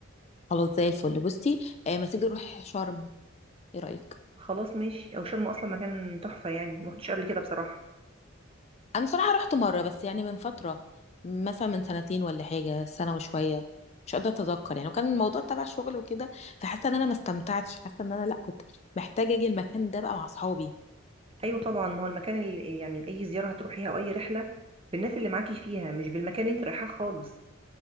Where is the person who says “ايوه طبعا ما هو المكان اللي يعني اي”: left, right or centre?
Right